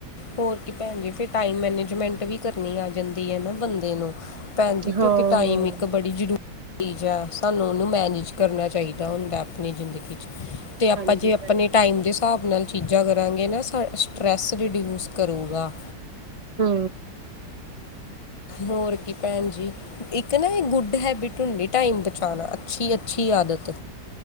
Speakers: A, on the left (about 55°); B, on the right (about 25°).
A: ਹੋਰ ਕੀ ਭੈਣ ਜੀ ਫਿਰ ਟਾਈਮ ਮੈਨੇਜਮੈਂਟ ਵੀ ਕਰਨੀ ਆ ਜਾਂਦੀ ਐ ਨਾ ਬੰਦੇ ਨੂੰ। ਭੈਣ
B: ਹਾਂ,
A: ਜੀ ਕਿਉਂਕੀ ਟਾਈਮ
B: ਹਾਂ
A: ਇੱਕ ਬੜੀ ਜ਼ਰੂ ਚੀਜ਼ ਆ ਸਾਨੂੰ ਉਨੂੰ ਮੈਨੇਜ ਕਰਨਾ ਚਾਈਦਾ ਹੁੰਦਾ ਆਪਣੀ ਜ਼ਿੰਦਗੀ ਚ। ਤੇ ਆਪਾਂ
B: ਹਾਂਜੀ
A: ਜੇ ਆਪਣੇ
B: ਭੈਣ
A: ਟਾਈਮ ਦੇ ਹਿਸਾਬ ਨਾਲ ਚੀਜ਼ਾਂ ਕਰਾਂਗੇ ਨਾ ਸ ਸਟਰੈੱਸ ਰਿਡਿਊ ਸ ਕਰੂਗਾ।
B: ਹੂੰ।
A: ਹੋਰ ਕੀ ਭੈਣ ਜੀ। ਇੱਕ ਨਾ ਏ ਗੁੱਡ ਹੈਬਿਟ ਹੁੰਦੀ ਟਾਈਮ ਬਚਾਣਾ ਅੱਛੀ-ਅੱਛੀ ਆਦਤ।